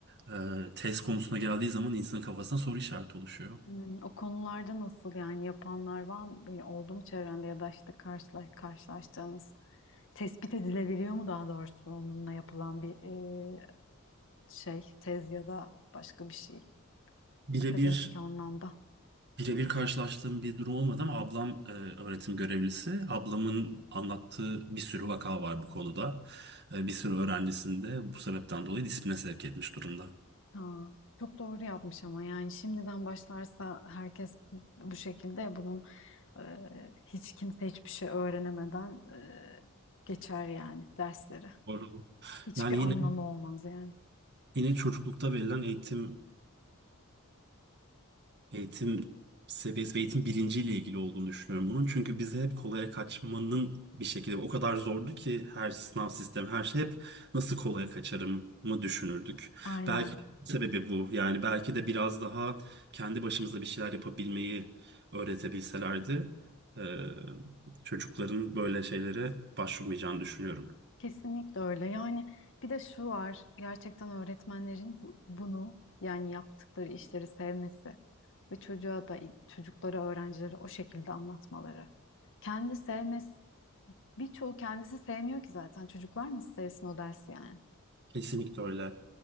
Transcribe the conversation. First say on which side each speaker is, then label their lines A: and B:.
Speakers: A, on the right (about 50°); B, on the left (about 65°).
A: e, tez konusuna geldiği zaman insanın kafasına soru işareti oluşuyor.
B: Hmm, o konularda nasıl yani yapanlar var mı? Oldu mu çevrende ya da işte karşıla, karşılaştığınız tespit edilebiliyor mu daha doğrusu onunla yapılan bir e, şey tez ya da başka bir şey
A: Birebir
B: akademik anlamda.
A: Birebir karşılaştığım bir durum olmadı ama ablam e, öğretim görevlisi. Ablamın anlattığı bir sürü vaka var bu konuda. E, bir sürü öğrencisini de bu sebepten dolayı disipline sevk etmiş durumda.
B: Ha, çok doğru yapmış ama yani şimdiden başlarsa herkes bu şekilde bunun e, hiç kimse hiçbir şey öğrenemeden e, geçer yani dersleri.
A: Doğru.
B: Hiçbir
A: Yani yine
B: anlamı olmaz yani.
A: yine çocuklukta verilen eğitim Eğitim seviyesi ve eğitim bilinciyle ilgili olduğunu düşünüyorum bunun. Çünkü bize hep kolaya kaçmanın bir şekilde o kadar zordu ki her sınav sistemi her şey hep nasıl kolaya kaçarım mı düşünürdük.
B: Aynen.
A: Belki de sebebi bu. Yani belki de biraz daha kendi başımıza bir şeyler yapabilmeyi öğretebilselerdi eee, çocukların böyle şeylere başvurmayacağını düşünüyorum.
B: Kesinlikle öyle. Yani bir de şu var, gerçekten öğretmenlerin bu- bunu yani yaptıkları işleri sevmesi ve çocuğa da çocuklara, öğrencilere o şekilde anlatmaları. Kendi sevmesi, birçoğu kendisi sevmiyor ki zaten. Çocuklar nasıl sevsin o dersi yani?
A: Kesinlikle öyle.